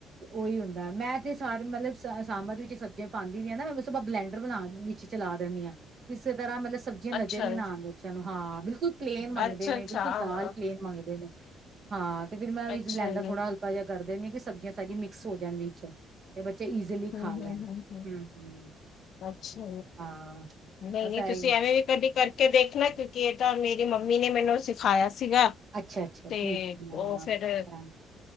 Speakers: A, on the right; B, on the left.
A: ਉਹੀ ਹੁੰਦਾ ਮੈਂ ਸਾਰੇ ਮਤਲਬ ਸ ਸਾਮ ਦੀ ਵਿੱਚ ਸਬਜ਼ੀਆਂ ਪਾਉਂਦੀ ਵੀ ਹੈ ਨਾ ਮੈਂ ਆਪਾਂ ਬਲੈਂਡਰ ਬਣਾ ਨ ਚਲਾ ਦਿੰਦੀ ਹਾਂ ਕਿਸੇ ਤਰ੍ਹਾਂ ਮਤਲਬ ਸਬਜ਼ੀਆਂ ਨਜ਼ਰ
B: ਅੱਛਾ
A: ਹੀ ਨਾ ਆਉਣ ਬੱਚਿਆਂ ਨੂੰ ਹਾਂ ਬਿਲਕੁਲ ਪਲੇਨ ਮੰਗਦੇ
B: ਅੱਛਾ
A: ਨੇ
B: ਅੱਛਾ
A: ਬਿਲਕੁਲ ਦਾਲ ਪਲੇਨ ਮੰਗਦੇ ਨੇ ਹਾਂ ਤੇ ਫੇਿਰ ਮੈਂ ਵੀ
B: ਅੱਛਾ
A: ਲੈਂਦਾ
B: ਜੀ
A: ਥੋੜਾ ਹਲਕਾ ਜਿਹਾ ਕਰ ਦਿੰਦੀ ਹਾਂ ਕਿ ਸਬਜ਼ੀਆਂ ਸਾਰੀਆਂ ਮਿਕ ਸ ਹੋ ਜਾਣ ਵਿੱਚ ਤੇ ਬੱਚੇ ਈਜ਼ਲੀ
B: ਹੂੰ
A: ਖਾ ਲੈਣ
B: ਹੂੰ ਹੂੰ
A: ਹਮ
B: ਅੱਛਾ ਜੀ
A: ਹਾਂ
B: ਨਹੀਂ
A: ਬਸ
B: ਨਹੀਂ
A: ਇਹੀ
B: ਤੁਸੀਂ ਐਵੇਂ ਵੀ ਕਦੀ ਕਰ ਕੇ ਦੇਖਣਾ ਕਿਉਂਕਿ ਇਹਦ ਮੇਰੀ ਮੰਮੀ ਨੇ ਮੈਨੂੰ ਸਿਖਾਇਆ ਸੀਗਾ
A: ਅੱਛਾ ਅੱਛਾ
B: ਤੇ
A: ਠੀਕ ਹੈ
B: ਉਹ ਫਿਰ
A: ਕਰਾਂਗੇ